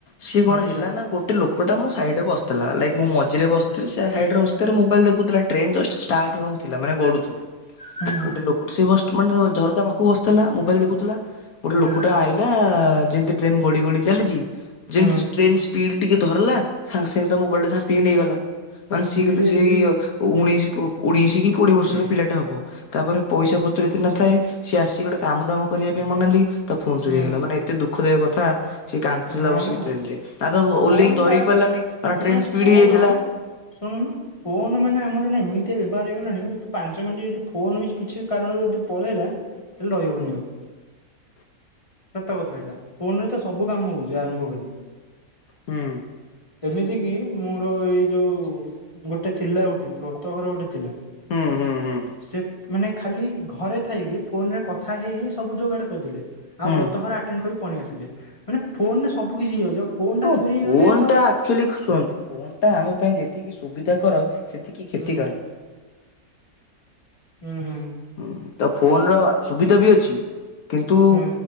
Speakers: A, on the left; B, on the left.
A: ସିଏ କଣ
B: ଆଚ୍ଛା
A: ହେଲା ନାଁ ଗୋଟେ ଲୋ କଟା ମୋ ସାଇଡରେ ବସ୍ ଥେଲା ଲାଇକ୍ ମୁଁ ମଝିରେ ବସ୍ ଥିଲି ସେ ସାଇଡରେ ବସି ତାର ମୋବାଇଲ ଦେଖୁଥିଲା ଟ୍ରେନ ଜଷ୍ଟ୍ ଷ୍ଟାର୍ଟ ହବାଉ ଥିଲା ମାନେ ଗଡୁଥେଲା
B: ହୁଁ ହୁଁ
A: ଗୋଟେ ଲୋ ସିଏ ବଷ୍ଟ୍ ମାନେ ଦେଖ ଝରକା ପାଖୁକୁ ବସ୍ ଥେଲା ମୋବାଇଲ ଦେଖୁଥିଲା ଗୋଟେ
B: ହୁଁ
A: ଲୋକଟା ଆଇ ଲା ଯେମିତି ଟ୍ରେନ ଗଡ଼ି ଗଡ଼ି ଚାଲିଚି ଜେମତୀ
B: ହୁଁ
A: ଷ୍ଟ୍ରେନ୍ସ୍ ପୀଡ଼ି ଟିକେ ଧରଲା ସାଙ୍ଗେ ସାଙ୍ଗେ ତା ମୋବାଇଲଟା ଝାମ୍ପିକି ନେଇଗଲା ମାନେ ସିଏ
B: ହିରେରେ
A: କେତେ ସେଇ ଓ ଉଣେଇଶିକୁ ଉଣେଇଶି କି କୋଡ଼ିଏ ବର୍ଷର ପିଲାଟା ହେବ ତାପରେ ପଇସା ପତ୍ର ଏତେ ନ ଥାଏ, ସିଏ ଆସିିକି ଗୋଟେ କାମ ଦାମ କରିବା ପାଇଁ ମନାଲି ତା ଫୋନ୍ ଚୋରି
B: ହୁଁ
A: ହେଇଗଲା। ମାନେ ଏତେ ଦୁଃଖଦାୟକ କଥା ସେ କାନ୍ଦୁଥିଲା
B: ହଁ
A: ବସିକି
B: ବା
A: ଟ୍ରେନ୍ ରେ। ନା ତ ଓଲ୍ହେଇକି
B: ଫୋନ
A: ଧରି
B: ଟା
A: ହିଁ ପାରିଲାନି, କାରଣ
B: ମାନେ
A: ଟ୍ରେନ ସ୍ପିଡ
B: ଫୋନ
A: ହେଇଯାଇଥିଲା।
B: ଶୁଣୁନୁ। ଫୋନ୍ ମାନେ ଆମର ଏଇନା ଏମିତିଆ ବ୍ୟବହାର ହେଇଗଲାଣି ହୁଏତ ପାଞ୍ଚ ମିନିଟ୍ ଯଦି ଫୋନ୍ ବି କିଛି କାରଣରୁ ଯଦି ପଳେଇଲା ତାହେଲେ ରହିହବନି
A: ହୁଁ
B: ଆଉ। ସତକଥା ଏଇଟା। ଫୋନ ରେ ତ ସବୁ କାମ ହଉଚି ଆରମ୍ଭ କରିିକି।
A: ହୁଁ
B: ଏମିତି କି ମୋର ଏଇ ଯୋଉ ଗୋଟେ ଥିଲା ଗୋଟେ ବ୍ରତ ଘର ଗୋଟେ ଥିଲା।
A: ହୁଁ ହୁଁ ହୁଁ
B: ସେ ମାନେ ଖାଲି ଘରେ ଥାଇକି ଫୋନ୍ ରେ କଥା ହେଇ ହେଇ ସବୁ ଯୋଗାଡ କରିଦେଲେ।
A: ହୁଁ।
B: ଆଉ ବ୍ରତ ଘର ଆଟେଣ୍ଡ କରି ପଳେଇ ଆସିଲେ। ମାନେ ଫୋନ୍ ରେ ସବୁ କିଛି ହେଇଯାଉଚି। ଆଉ ଫୋନ ଟା
A: ହଁ
B: ଚୋରି ହେଇଗଲେ
A: ଫୋନ୍
B: ତ
A: ଟା ଆକ୍ଚୁଆଲି ଶୁଣନ୍ତୁ ଫୋନ୍ ଟା ଆମ ପାଇଁ ଯେତିକି ସୁବିଧା କର ସେତିକି କ୍ଷତିକାରକ।
B: ହୁଁ ହୁଁ ହୁଁ।
A: ହୁଁ। ତ ଫୋନ୍ ର ସୁବିଧା ବି ଅଛି। କିନ୍ତୁ
B: ହୁଁ